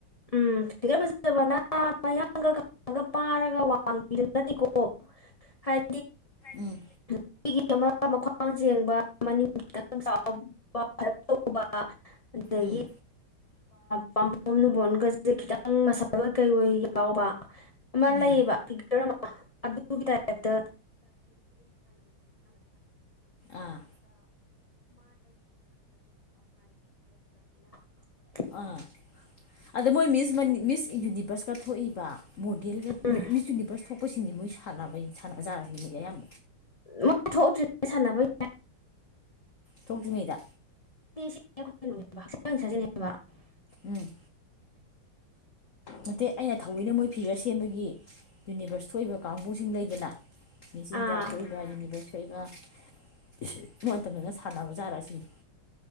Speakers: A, on the left (about 40°); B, on the left (about 55°).
A: ꯎꯝ ꯐꯤꯒ꯭ꯔ ꯐꯖꯕꯅ ꯃꯌꯥꯡꯒ ꯀꯪꯉꯒ ꯄꯥꯔꯒ ꯋꯥꯡꯕꯤꯗꯣ ꯅꯠꯇꯦꯀꯣ ꯍꯥꯏ
B: ꯎꯝ
A: <unintelligible> ꯃꯤꯒꯤ ꯑꯃ ꯃꯈ꯭ꯋꯥꯡ ꯆꯦꯡꯕ ꯃꯅꯤꯡ ꯈꯤꯇꯪ ꯆꯥꯎꯕ ꯐꯜꯂꯞ ꯇꯧꯕ ꯑꯗꯒꯤ
B: ꯎꯝ
A: ꯄꯥꯝꯕꯣꯝ ꯅꯨꯡꯕꯣꯝ ꯒꯁꯦ ꯈꯤꯇꯪ ꯃꯁꯜ ꯑꯣꯏ ꯀꯩ ꯑꯣꯏ ꯌꯥꯎꯕ ꯑꯃ
B: ꯎꯝ
A: ꯂꯩꯌꯦꯕ ꯐꯤꯆꯔ ꯑꯃ ꯑꯗꯨꯒꯤ ꯇꯥꯏꯞ
B: ꯑꯥ
A: <unintelligible> <unintelligible>
B: ꯑꯥ ꯑꯗ ꯃꯣꯏ ꯃꯤꯁ ꯃꯤꯁ ꯌꯨꯅꯤꯚꯔꯁꯀ ꯊꯣꯛꯏꯕ ꯃꯣꯗꯦꯜ
A: ꯎꯝ
B: ꯃꯤꯆꯨꯟꯅꯤꯕ ꯁꯣꯄꯁꯤꯡꯁꯤꯦ ꯃꯣꯏ ꯁꯥꯟꯅꯕ ꯁꯥꯟꯖꯔꯁꯤ ꯑꯌꯥꯝ
A: ꯃꯣꯏ ꯊꯣꯛꯎꯇ꯭ꯔꯤ ꯁꯥꯟꯅꯕ ꯌꯥꯏ
B: ꯊꯣꯛꯇ꯭ꯔꯤꯉꯩꯗꯥ
A: <unintelligible>
B: ꯎꯝ ꯅꯠꯇꯦ ꯑꯩꯅ ꯊꯧꯑꯣꯏꯅ ꯃꯣꯏ ꯐꯤꯒꯔ ꯁꯦꯝꯕꯒꯤ ꯌꯨꯅꯤꯚꯔꯁ ꯊꯣꯛꯏꯕ ꯀꯥꯡꯕꯨꯁꯤꯡ ꯂꯩꯗꯅ ꯃꯤꯁ
A: ꯑꯥ
B: ꯏꯟꯗꯤꯌꯥ ꯊꯣꯛꯏꯕ ꯌꯨꯅꯤꯕꯁ ꯊꯣꯛꯏꯕ ꯑꯗꯨ ꯃꯇꯝꯗꯨꯅ ꯁꯥꯟꯅꯕ ꯖꯥꯠꯔꯁꯤꯅꯤ